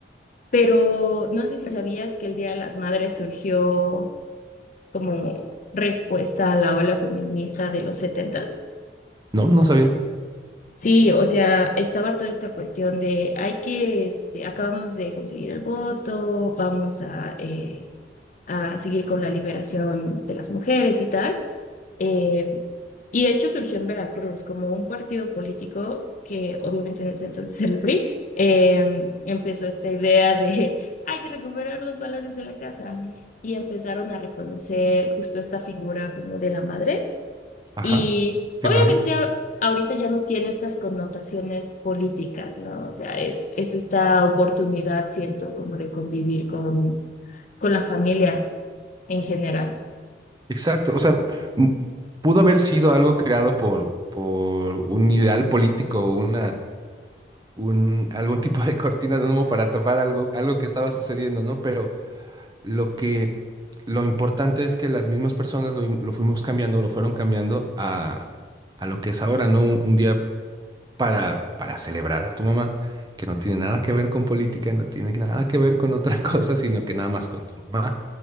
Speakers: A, on the left; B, on the right.
A: pero no sé si sabías que el Día de las Madres surgió como respuesta a la ola feminista de los setentas.
B: No, no sabía.
A: Sí, o sea, estaba toda esta cuestión de hay que, este, acabamos de conseguir el voto, vamos a, eh, a seguir con la liberación de las mujeres y tal. Eh, y de hecho surgió en Veracruz como un partido político que obviamente en ese entonces era el PRI. eh, empezó esta idea de <laughs> hay que recuperar los valores de la casa y empezaron a reconocer justo esta figura como de la madre.
B: Ajá,
A: Y
B: qué
A: obviamente
B: raro.
A: a- ahorita ya no tiene estas connotaciones políticas, ¿no? O sea, es, es esta oportunidad, siento, como de convivir con, con la familia en general.
B: Exacto, o sea, m- pudo haber sido algo creado por, por un ideal político, una, un, algún tipo de <laughs> cortina de humo para tapar algo, algo que estaba sucediendo, ¿no? Pero lo que, lo importante es que las mismas personas lo, im- lo fuimos cambiando, lo fueron cambiando a, a lo que es ahora, ¿no? Un, un día para, para celebrar a tu mamá, que no tiene nada que ver con política, no tiene nada que ver con otra <laughs> cosa, sino que nada más con tu mamá.